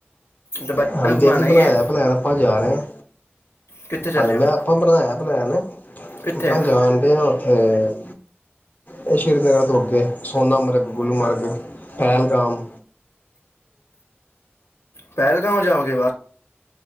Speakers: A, on the left (about 80°); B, on the left (about 40°).
A: ਬੱਚੇ
B: ਹਾਂਜੀ
A: ਨੂੰ ਘੁਮਾਣਾ
B: ਜੀ ਬਣਾਇਆ
A: ਹੀ ਹੈ
B: ਬਲਾੈਣ ਆਪਾਂ ਜਾ ਰਹੇ ਹ
A: ਕਿੱਥੇ ਚੱਲੇ
B: ਹਾਂ
A: ਹੋ
B: ਮੈਂ ਆਪਾਂ ਬਣਾਇਆ ਪਲੈਨ ਆਪਾਂ
A: ਕਿੱਥੇ
B: ਜਾਣ ਡ ਹ ਹਮ ਇਹ ਸ਼੍ਰੀਨਗਰ ਤੋਂ ਅੱਗੇ ਸੋਨਾਮਰਗ ਗੁਲਮਰਗ ਪਹਿਲਗਾਮ
A: ਪਹਿਲਗਾਂਉ ਜਾਓਗੇ ਵ